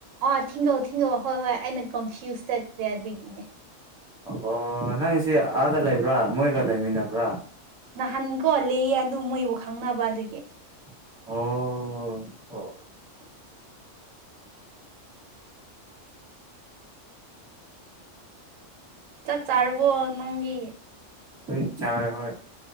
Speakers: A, on the right; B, in the centre.
A: ꯑꯥ ꯊꯤꯡꯒꯧ ꯊꯤꯡꯒꯧ ꯍꯣꯏ ꯍꯣꯏ ꯑꯩꯅ ꯀꯟꯐ꯭ꯌꯨꯁ ꯆꯠꯈ꯭ꯔꯦ ꯑꯗꯨꯒꯤꯅꯦ
B: ꯑꯣ ꯅꯪꯁꯦ ꯑꯥꯗ ꯂꯩꯕ꯭ꯔꯥ ꯃꯣꯏꯒ ꯂꯩꯃꯤꯟꯅꯕ꯭ꯔꯥ
A: ꯅꯍꯥꯟ ꯀꯣ ꯂꯩꯌꯦ ꯑꯗꯨ ꯃꯣꯏꯕꯨ ꯈꯪꯅꯕ ꯑꯗꯨꯒꯤ
B: ꯑꯣ
A: ꯆꯥꯛ ꯆꯥꯔꯕꯣ ꯅꯪꯗꯤ
B: ꯑꯩꯈꯣꯏ ꯆꯥꯔꯔꯣꯏ